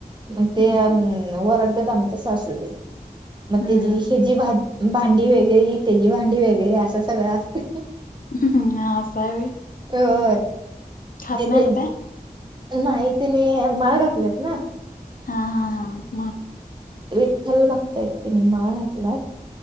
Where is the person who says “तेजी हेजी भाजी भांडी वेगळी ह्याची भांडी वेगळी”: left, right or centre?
Right